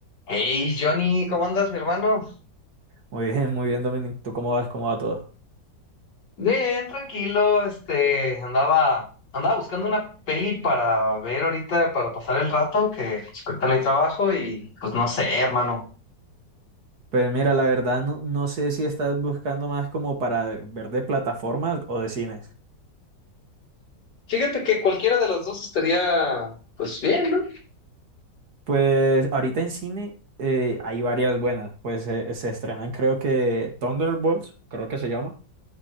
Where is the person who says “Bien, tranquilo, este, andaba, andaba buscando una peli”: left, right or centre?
Left